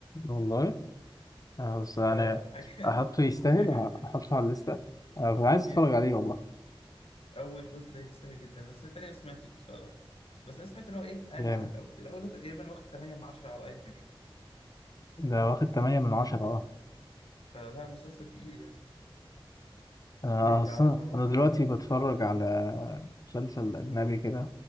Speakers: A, on the left; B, on the left.
A: والله آه، بس انا
B: لا لا لا حاجة <laughs>
A: احطه يستاهل
B: حاجة جميلة
A: احطه على الليسته آه، عايز
B: جدا
A: اتفرج عليه والله
B: أول جزء ده يستاهل جدا بس التاني ما سمعتش بصراحة بس أنا سمعت إن هو إيه قل
A: جامد
B: عن الأول الأول ده تقريبا واخد 8 من 10 على أي إم دي بي
A: ده واخد تمانية من عشرة
B: يعني
A: اه
B: فلا مسلسل تقيل يعني
A: انا
B: كوميديا
A: اصلا
B: على دراما
A: انا دلوقتي
B: على
A: بتفرج على مسلسل اجنبي كده